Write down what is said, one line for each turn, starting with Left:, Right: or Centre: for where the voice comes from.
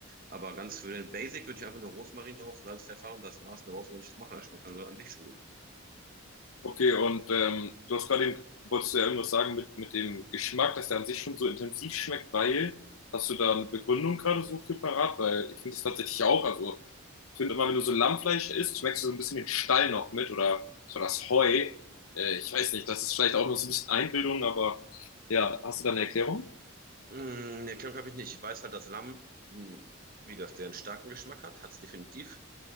Right: Aber ganz für den Basic würde ich einfach nur Rosmarin drauf, Salz, Pfeffer und das war's. Mehr brauchst du gar nicht machen. Das schmeckt dann so an sich schon gut.
Left: Okay, und ähm, du hast gerade, eben- wolltest du ja irgendwas sagen mit, mit dem Geschmack, dass der an sich schon so intensiv schmeckt, weil, hast du da eine Begründung gerade so für parat? Weil ich finde das tatsächlich auch, also ich finde immer, wenn du so Lammfleisch isst, schmeckst du so ein bisschen den Stall noch mit oder so das Heu. Äh, ich weiß nicht, das ist vielleicht auch nur so ein bisschen Einbildung, aber ja, hast du da eine Erklärung?
Right: Mm, nee, Klemmung habe ich nicht. Ich weiß halt, dass Lamm, mm, wie gesagt, sehr einen starken Geschmack hat. Hat es definitiv.